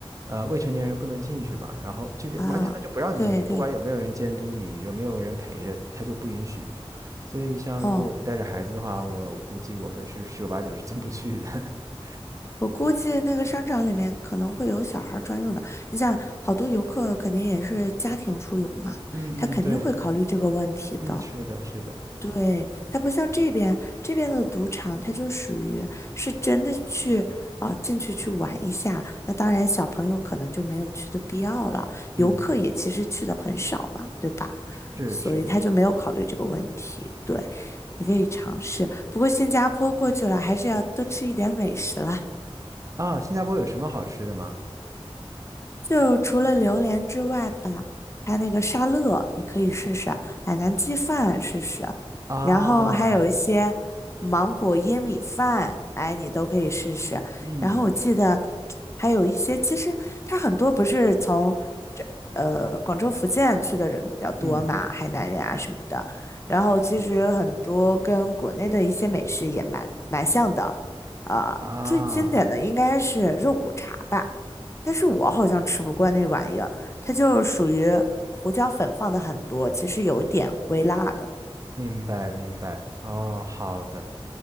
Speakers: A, on the right; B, on the left.
A: 呃，未成年人不能进去嘛，然后就是完全他就不让你进去，
B: 啊。对对，
A: 不管有没有人监督你，有没有人陪着，他就不允许。所以像如果我们带着孩子的话，
B: 哦。
A: 我估计我们是十有八九是进不去的。<laughs>
B: 我估计那个商场里面可能会有小孩儿专用的。你想，好多游客肯定也是家庭出游嘛，
A: 嗯嗯，
B: 他肯定会考虑这个问题的。
A: 对，嗯，是的，是的，
B: 对，他不像这边，这边的赌场，它就属于是真的去啊、呃进去去玩一下。那当然，小朋友可能就没有去的必要了，游客也其实去的很少嘛，
A: 嗯，
B: 对吧？
A: 是是的，
B: 所以他就没有考虑这个问题。
A: 是的。
B: 对，你可以尝试，不过新加坡过去了，还是要多吃一点美食啦。
A: 啊，新加坡有什么好吃的吗？
B: 就除了榴莲之外吧，它那个沙乐你可以试试，海南鸡饭试试，
A: 啊，
B: 然后还有一些芒果椰米饭，哎，你都可以试试。
A: 嗯
B: 然后我记得还有一些，其实它很多不是从这呃广州、福建去的人比较多嘛，
A: 嗯
B: 海南人啊什么的。然后其实很多跟国内的一些美食也蛮蛮像的，呃，
A: 啊，
B: 最经典的应该是肉骨茶吧。但是我好像吃不惯那玩意儿，它就是属于胡椒粉放的很多，其实有一点微辣的。
A: 明白明白。哦，好的，